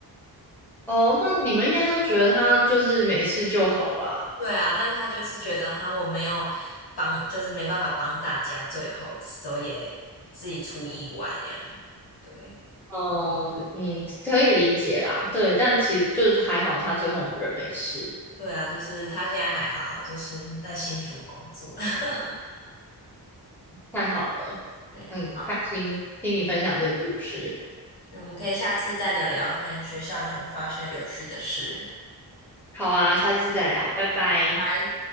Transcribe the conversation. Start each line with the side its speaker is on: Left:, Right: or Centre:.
Centre: 哦，那你们应该都觉得他就是没事就好吧？
Left: <laughs> 对啊，但是他就是觉得哈，我没有帮，就是没办法帮大家最后一次，之后也自己出意外这样。对。
Centre: 哦，嗯，可以理解啦，对，但其实就还好，他最后人没事，
Left: 对啊，就是他现在还好好，就是在新竹工作。<laughs>
Centre: 太好了，
Left: 对，
Centre: 很开心听你分享这个故事。
Left: 好，我们可以下次再聊聊看学校有什么发生有趣的事。
Centre: 好啊，下次再聊，拜拜。
Left: 拜。